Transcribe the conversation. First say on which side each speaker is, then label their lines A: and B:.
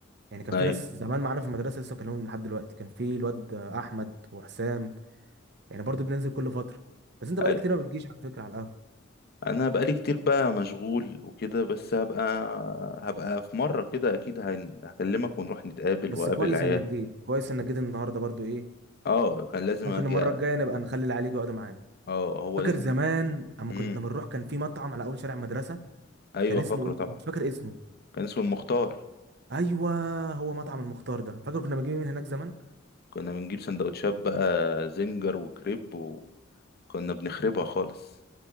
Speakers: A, on the right; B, on the left.
A: يعني كان
B: ايوه
A: في ناس زمان معانا في المدرسة لسه بكلمهم لحد دلوقتي كان في الواد آه، أحمد وحسام يعني برضو بننزل كل فترة بس أنت بقالك
B: أيوة.
A: كتير ما بتجيش على فكرة على القهوة
B: انا بقالي كتير بقى مشغول وكده بس هبقى هبقى في مرة كده اكيد هن- هكلمك ونروح نتقابل
A: بس
B: واقابل
A: كويس
B: العيال
A: إنك جيت كويس إنك جيت النهاردة برضو إيه
B: اه كان لازم
A: ممكن
B: اجي
A: المرة
B: أ-
A: الجاية نبقى نخلي العيال يجوا يقعدوا معانا
B: اه هو
A: فاكر
B: لازم
A: زمان اما
B: امم
A: كنا بنروح كان في مطعم على اول شارع مدرسه
B: ايوه
A: كان اسمه
B: فاكره
A: ايه
B: طبعا
A: مش فاكر اسمه
B: كان اسمه المختار
A: ايوه هو مطعم المختار ده فاكر كنا بنجيب من هناك زمان
B: كنا بنجيب سندوتشات بقى زنجر وكريب وكنا بنخربها خالص